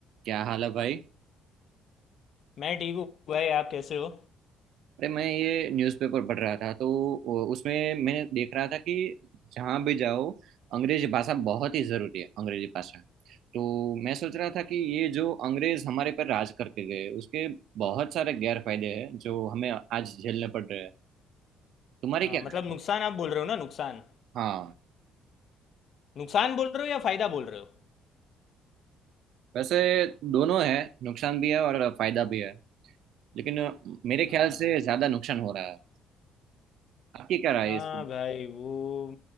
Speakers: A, on the right (about 70°); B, on the left (about 50°).
A: क्या हाल है भाई
B: मैं ठीक हूँ भाई आप कैसे हो
A: अरे मैं ये न्यूज़पेपर पढ़ रहा था तो वो- उसमें मैंने देख रहा था कि जहाँ भी जाओ अंग्रेजी भाषा बहुत ही ज़रूरी है अंग्रेजी भाषा तो मैं सोच रहा था कि ये जो अंग्रेज हमारे पर राज करके गए उसके बहुत सारे गैर फायदे हैं जो हमें आज झेलने पड़ रहे हैं तुम्हारी
B: हाँ,
A: क्या
B: मतलब
A: राय
B: नुकसान
A: है
B: आप बोल रहे हो ना नुकसान
A: हाँ
B: नुकसान बोल रहे हो या फायदा बोल रहे हो
A: वैसे दोनों है नुकसान भी है और फायदा भी है लेकिन मेरे ख्याल
B: हाँ
A: से ज़्यादा नुकसान हो रहा है आपकी क्या राय
B: हाँ
A: है इसकी
B: भाई वो